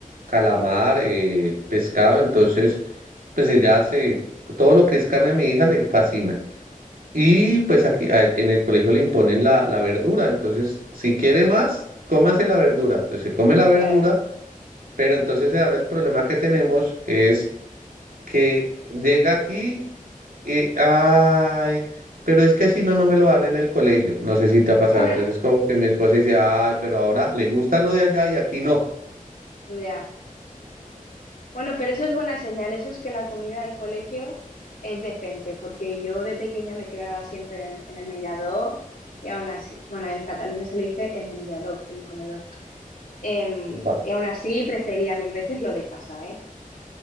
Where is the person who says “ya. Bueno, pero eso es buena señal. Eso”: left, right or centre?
Left